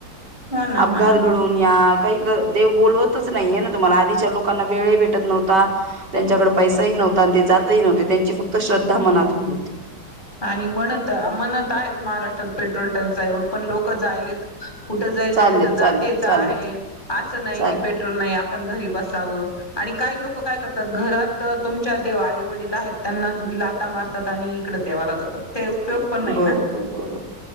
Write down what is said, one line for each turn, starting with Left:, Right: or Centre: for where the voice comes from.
Left: हो ना
Right: अपघात
Left: हो ना
Right: घडून
Left: हो
Right: या काही दे बोलवतच नाही आहे ना तुम्हाला आधीच्या लोकांना वेळ भेटत नव्हता त्यांच्याकडे पैसाही नव्हता आणि ते जातही नव्हते त्यांची फक्त श्रद्धा मनातून होती
Left: आणि म्हणत म्हणत आहेत महाराष्ट्रात पेट्रोल टंकचाईवग पण लोक जायलेत कुठं जायचं
Right: चाललेत
Left: तिथं जातेच
Right: चाललेत
Left: आहे
Right: चाललेत
Left: असं नाही
Right: चाललेत
Left: की पेट्रोल नाही आपण घरी बसावं आणि काही लोक काय करतात घरात तुमच्या देव आई वडील आहेत त्यांना तुम्ही लाता मारतात आणि इकडे देवाला जातात ते उपयोग पण
Right: बरोबर
Left: नाही ना
Right: बरोबर